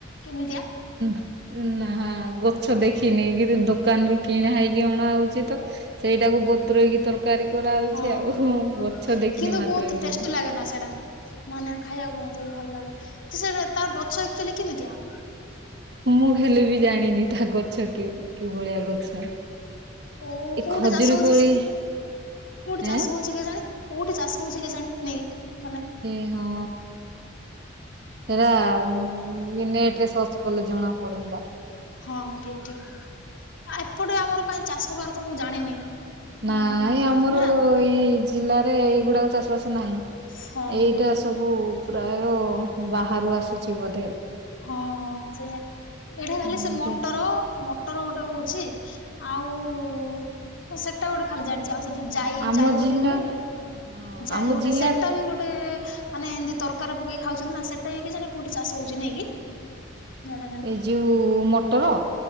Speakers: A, on the left (about 80°); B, on the right (about 55°).
A: କେମିତିଆ?
B: ଉଁ ନାହାଁ ଗଛ ଦେଖିନି। କିନ୍ତୁ ଦୋକାନରୁୁ କିଣା ହେଇକି ଅଣା ହଉଛି ତ ସେଇଟାକୁ ବତୁରାଇକି ତରକାରୀ କରା ହଉଛି
A: ହଁ
B: ଆଉ।
A: ହଁ ହଁ
B: ଗଛ ଦେଖିନି
A: କିନ୍ତୁ
B: ମାତ୍ର
A: ବହୁତ ଟେଷ୍ଟି
B: ଆଉ
A: ଲାଗେ ନା ସେଇଟା। ମାନେ ଖାଇବାକୁ ମୋତେ ବି ଭଲ ଲାଗେ। ସେ ତାର ଗଛ ଆକଚୁଆଲି କେମିତିଆ
B: ମୁଁ ହେଲେ ବି ଜାଣିନି ତା ଗଛ କିଭଳିଆ ଗଛ।
A: ଓ
B: ଏ
A: କୋଉଠି
B: ଖଜୁରୀ
A: ଚାଷ ହଉଛି
B: କୋଳି
A: ସେ? କୋଉଠି ଚାଷ
B: ଏଁ
A: ହଉଛି କେଜାଣି? କୋଉଠି ଚାଷ ହଉଛି କେଜାଣି? ନେଇ ମାନେ
B: ଏ ହଁ ସେଟା ଇ ନେଟ ରେ ସର୍ଚ୍ଚ କଲେ ଜଣା ପଡନ୍ତା।
A: ହଁ ଠିକ୍ ଠିକ୍। ଏପଟେ ଆମର କାଇଁ ଚାଷ ହେବାର ତ ମୁଁ ଜାଣିନି ଉଁ
B: ନାଇଁ ଆମର
A: ନା
B: ଏଇ ଜିଲ୍ଲାରେ ଏଇଗୁଡାକ ଚାଷ ବାସ ନାହିଁ।
A: ହଁ
B: ଏଇଟା
A: ହଁ ହଁ
B: ସବୁ ପ୍ରାୟ ବାହାରୁ ଆସୁଛି ବୋଧେ
A: ହଁ ସେଇଆା। ଏଇଟା ଖାଲି
B: ଏମତି
A: ସେ ମଟର ମଟର ଗୋଟେ ହଉଛି। ଆଉ ସେଟା ଗୋଟେ ଖାଲି ଜାଣିଛି। ଆଉ ସେ ଜାଇ ଯାଇ
B: ଆମ
A: ଯାଇ
B: ଜିଲ୍ଲା
A: ଗୋଟେ ମିଳେନି
B: ହଁ
A: ଯାଇ
B: ଆମ
A: ଗୋଟେ
B: ଜିଲ୍ଲାରେ
A: ସେଟା ବି ଗୋଟେ ମାନେ ଏମିତି ତରକାରୀରେ ପକେଇ ଖାଉଛନ୍ତି ନା। ସେଟା ବି କେଜାଣି କୋଉଠି ଚାଷ ହଉଛି ନେଇଁ କି? ଜଣା ନାହିଁ
B: ଏ ଯେଉଁ ମଟର।